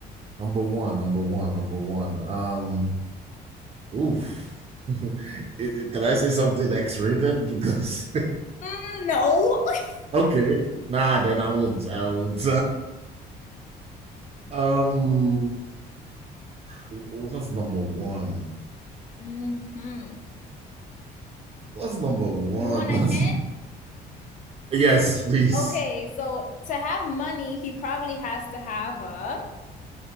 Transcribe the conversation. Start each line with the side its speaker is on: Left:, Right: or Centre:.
Right: number one, number one, number one. Um, oof. <laughs> Can I say something X-rated? Because
Left: Mm, no. <laughs>
Right: <laughs> okay, nah, then I won't. I won't. <laughs> um, what's number one?
Left: Mm-hmm.
Right: What's number one?
Left: You want
Right: <laughs> What's
Left: a hint?
Right: yes, please.
Left: Okay, so to have money, he probably has to have a.